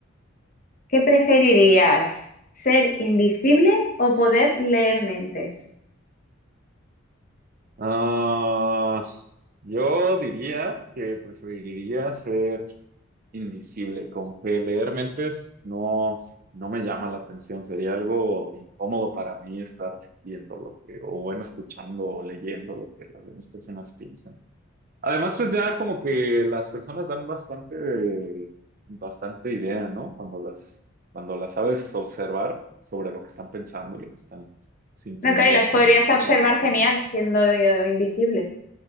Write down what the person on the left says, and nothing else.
¿Qué preferirías? ¿Ser invisible o poder leer mentes?
No, claro, y las podrías
observar
genial
siendo eh, invisible.